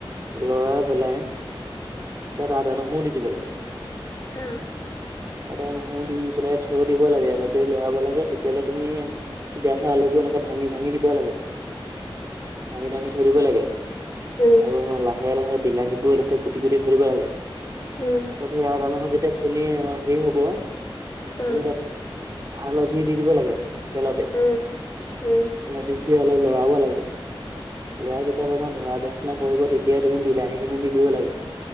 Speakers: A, on the right; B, on the left.
A: লৰাই পেলাই তাত আদা নহৰু দি দিব লাগে
B: অঁ।
A: আদা নহৰু দি পেলাই থৈ দিব লাগে, অলপ দেৰি লৰাব লাগে তেতিয়ালৈ তুমি সিজাই থোৱা আলুবোৰ এনেকে ভাঙি ভাঙি দিব লাগে ভাঙি ভাঙি থৈ দিব লাগে।
B: হুম।
A: অ, লাহে লাহে বিলাহীবোৰ এনেকে কুতি কুতি থৈ দিব লাগে
B: উম।
A: তাৰ পিছত যেতিয়া আদা নহৰু খুন্দি হেৰি হব,
B: অ
A: তুমি তাত হা'লধি দি দিব লাগে তেলতে
B: উম, উম।
A: হা'লধি দি অলপ লৰাব লাগে, লৰাই তাত অকমান ধৰা ধৰা নিচিনা কৰিব তেতিয়াই তুমি বিলাহী খিনি দি দিব লাগে।